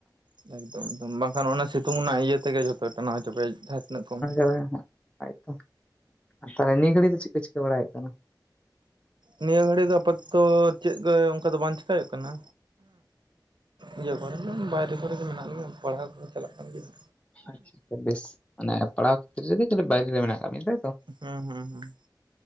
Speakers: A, on the right; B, on the left.
A: ᱮᱠᱫᱚᱢ ᱮᱠᱫᱚᱢ ᱵᱟᱝ ᱠᱷᱟᱱ ᱚᱱᱟ ᱥᱤᱛᱩᱝ ᱨᱮᱱᱟᱜ ᱤᱭᱟᱹ ᱛᱮ ᱜᱮ ᱡᱷᱚᱛᱚᱭ ᱴᱟᱱᱟᱣ ᱪᱟᱵᱟᱭᱟ ᱡᱟᱦᱟᱸ ᱛᱤᱱᱟᱹᱜ ᱠᱚᱢ ᱧᱚᱜ
B: <unintelligible> ᱛᱟᱭᱛᱚ ᱛᱟᱦᱚᱞᱮ ᱱᱤᱭᱟᱹ ᱜᱷᱟᱹᱲᱤᱡ ᱫᱚ ᱪᱮᱫ ᱠᱚ ᱪᱤᱠᱟᱹ ᱵᱟᱲᱟᱭ ᱦᱩᱭᱩᱜ ᱠᱟᱱᱟ
A: ᱱᱤᱭᱟᱹ ᱜᱷᱟᱹᱲᱤᱡ ᱫᱚ ᱟᱯᱟᱛᱚᱛᱚ ᱪᱮᱫ ᱜᱮ ᱚᱱᱠᱟ ᱫᱚ ᱵᱟᱝ ᱪᱤᱠᱟᱹ ᱦᱩᱭᱩᱜ ᱠᱟᱱᱟ ᱤᱭᱟᱹ ᱠᱚ ᱨᱮ ᱵᱟᱭᱨᱮ ᱠᱚ ᱨᱮ ᱜᱮ ᱢᱮᱱᱟᱜ ᱞᱤᱧᱟᱹ ᱯᱟᱲᱦᱟᱣ ᱠᱚ ᱜᱮ ᱪᱟᱞᱟᱜ ᱠᱟᱱ ᱜᱮᱭᱟ
B: ᱟᱪᱪᱷᱟ ᱟᱪᱪᱷᱟ ᱵᱮᱥ ᱢᱟᱱᱮ ᱯᱟᱲᱦᱟᱣ ᱠᱷᱟᱹᱛᱤᱨ ᱨᱮ ᱜᱮ ᱵᱟᱭ ᱨᱮ ᱢᱮᱱᱟᱜ ᱠᱟᱜ ᱢᱮᱭᱟ ᱛᱟᱹᱭᱛᱚ
A: ᱦᱩᱸ ᱦᱩᱸ ᱦᱩᱸ